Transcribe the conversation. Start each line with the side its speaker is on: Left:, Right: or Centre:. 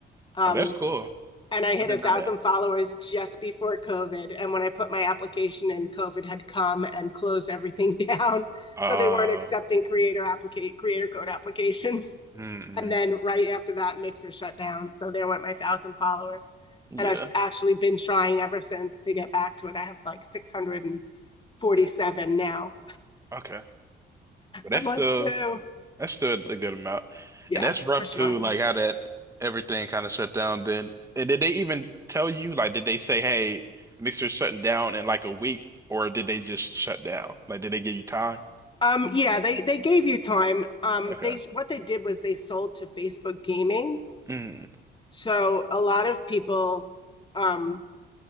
Left: Um,
Right: Oh, that's cool.
Left: and I hit
Right: I didn't
Left: a thousand
Right: know that.
Left: followers just before COVID. And when I put my application in, COVID had come and closed everything <laughs> down.
Right: Uh,
Left: So they weren't accepting creator applicate creator code applications.
Right: mm-mm.
Left: And then right after that, Mixer shut down. So there went my thousand followers.
Right: Yeah.
Left: And I've actually been trying ever since to get back to it. I have like 647
Right: Mm,
Left: now.
Right: okay. Well, that's
Left: I'm like,
Right: the
Left: ew.
Right: That's still a good amount.
Left: Yeah,
Right: And that's rough
Left: for sure.
Right: too, like how that everything kind of shut down then. And did they even tell you, like, did they say, hey, Mixer's shutting down in like a week, or did they just shut down? Like, did they give you time?
Left: Um, yeah, they they gave you time. Um,
Right: Okay.
Left: they what they did was they sold to Facebook Gaming.
Right: Mm,
Left: So a lot of people um